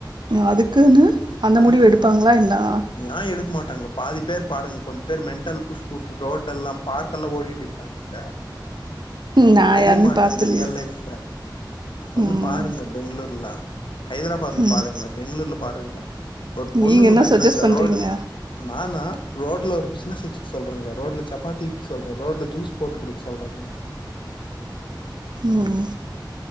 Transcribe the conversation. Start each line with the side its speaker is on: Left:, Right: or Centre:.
Right: அதுக்குன்னு அந்த
Left: அதுக்குன்னு
Right: முடிவு எடுப்பாங்ளா என்னா
Left: ஏ எடுக்க மாட்டாங்க பாதி பேர் பாருங்க கொஞ்சோ பேர் மென்டல் புட்ச்சு புட்டு ரோட எல்லா பார்க்கல்லா ஓடிட் ட்ருக்காங்க உங்ளுக்கு
Right: நா
Left: தெரிய
Right: யாருமே
Left: மாட்டேது
Right: பாத்ததில்ல
Left: இந்த ரியல் லைஃப் வந்து
Right: ம்
Left: பாருங்க பெங்ளூர்ல ஹைதராபாத்ல
Right: ம்
Left: பாருங்க பெங்ளூர்ல பாருங்க ஒரு பொண்ணுங்க
Right: நீங்க என்ன
Left: போய்ட்ருந்த
Right: சஜஸ்ட் பண்றீங்க
Left: ரோட் நானா ரோட்ல ஒரு பிஸ்னஸ் வெச்சுக் சொல்றேங்க ரோட்ல சப்பாத்தி சொல்றே ரோட்ல ஜூஸ் போட்டு குடுக்க சொல்றேங்க
Right: ம்